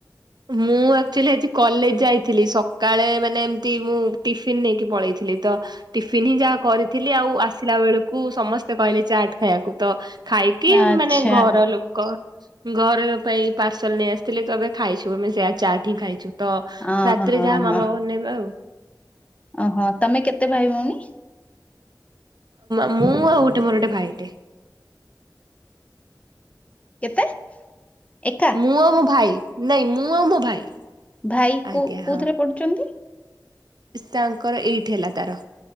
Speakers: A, on the right; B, on the left.
A: ମୁଁ ଆକ୍ଚୁଲି ଆଜି କଲେଜ ଯାଇଥିଲି, ସକାଳେ ମାନେ ଏମତି ମୁଁ ଟିଫନ୍ ନେଇକି ପଳେଇଥିଲି। ତ ଟିଫିନ ହିଁ ଯାହା କରିଥିଲି ଆଉ ଆସିଲା ବେଳକୁ ସମସ୍ତେ କହିଲେ ଚାଟ ଖାଇବାକୁ ତ ଖାଇକି
B: ଆଚ୍ଛା
A: ମାନେ ଘର ଲୋକ ଘର ପାଇଁ ପାର୍ସଲ ନେଇ ଆସିଥିଲେ ତମ ଖାଇଛ ଆମେ ସେୟା ଚା ଠି ଖାଇଛୁ ତ
B: ଅ
A: ରାତିରେ
B: ହଁ
A: ଯାହା
B: ହଁ
A: ମାମା ବା ବନେଇବା ଆଉ।
B: ଓହୋ ତମେ କେତେ ଭାଇ ଭଉଣୀ
A: ମୁଁ ଆଉ ଗୋଟେ ମୋର ଗୋଟେ ଭାଇଟେ
B: କେତେ? ଏକା
A: ମୁଁ ଆଉ ମୋ ଭାଇ ନାଇଁ ମୁଁ ଆଉ ମୋ ଭାଇ
B: ଭାଇ
A: ଆଜ୍ଞା
B: କୋ କୋଉଥିରେ
A: ହଁ
B: ପଢୁଛନ୍ତି
A: ତାଙ୍କର ଏଇଟ୍ ହେଲା ତାର